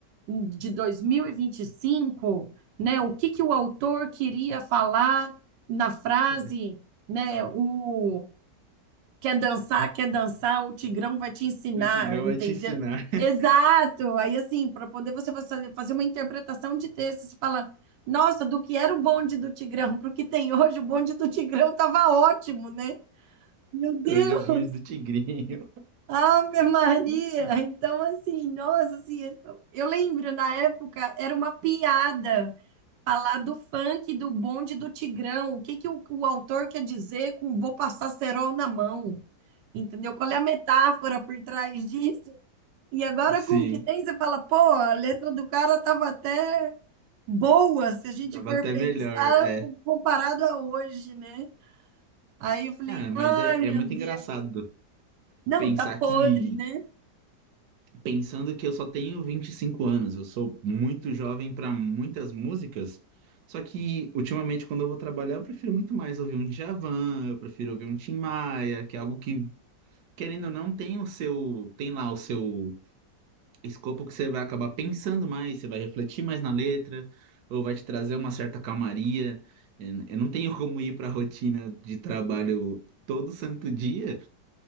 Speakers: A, on the right; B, on the right.
A: de dois mil e e vinte e cinco né? O que que o autor queria falar na frase,
B: <laughs>
A: né? O Quer dançar, quer dançar, o Tigrão vai te ensinar,
B: O Tigrão
A: entendeu?
B: vai te ensinar.
A: Exato. Aí, assim, para poder você fazer fazer uma interpretação de texto, você fala, nossa, do que era o bonde do Tigrão para o que tem hoje, o bonde do Tigrão estava ótimo, né? Meu Deus,
B: Hoje é o bonde do Tigrinho.
A: Ave Maria!
B: <laughs>
A: Então, assim, nossa, assim, eu- eu lembro na época era uma piada falar do funk, do bonde do Tigrão. O que que o, o autor quer dizer com vou passar cerol na mão? Entendeu? Qual é a metáfora por trás disso? E agora
B: Sim.
A: com o que tem, você fala, pô, a letra do cara tava até boa, se a gente
B: Tava
A: for
B: até
A: pensar
B: melhor, é.
A: comparado a hoje, né? Aí eu falei,
B: Ah, mas
A: ai,
B: é, é
A: meu
B: muito
A: Deus.
B: engraçado
A: Não,
B: pensar
A: tá podre,
B: que,
A: né?
B: pensando que eu só tenho 25 anos, eu sou muito jovem para muitas músicas, só que ultimamente quando eu vou trabalhar eu prefiro muito mais ouvir um Djavan, eu prefiro ouvir um Tim Maia, que é algo que, querendo ou não, tem o seu, tem lá o seu escopo que você vai acabar pensando mais, você vai refletir mais na letra, ou vai te trazer uma certa calmaria. Eu eu não tenho como ir para a rotina de trabalho todo santo dia